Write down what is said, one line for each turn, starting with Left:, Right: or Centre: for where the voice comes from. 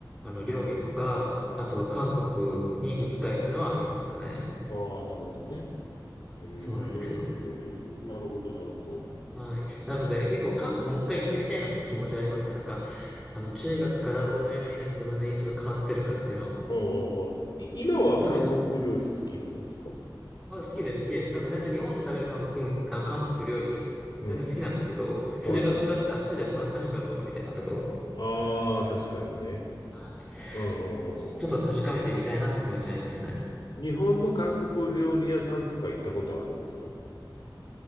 Centre: あの、料理とか、
Left: はい。
Centre: あとは韓国に行く機会ってのはありましたね。
Left: ああ、なるほどね。ええなるほど、
Centre: そうなんですよ。
Left: なるほど。
Centre: はい。なので、結構韓国もう一回行ってみたいなって気持ちありますね。なんか、あの、中学からどのようになんか自分の印象が変わってるかっていうのを。
Left: うんうんい今は韓国料理好きなんですか
Centre: だから食べ、あ、好きです、好きです。なんか全然日本で食べる韓国も、あ、韓国料理、
Left: うん。
Centre: 全然好きなんですけど、それが果たしてあっちで同じなのかどうかみたいなところ。
Left: はいはい。ああ、確かにね。
Centre: はい。
Left: うんうんうんう
Centre: ちょちょっと確かめてみたいなって気持ちありますね。
Left: ん。日本の韓国料理屋さんとか行ったことあるんですか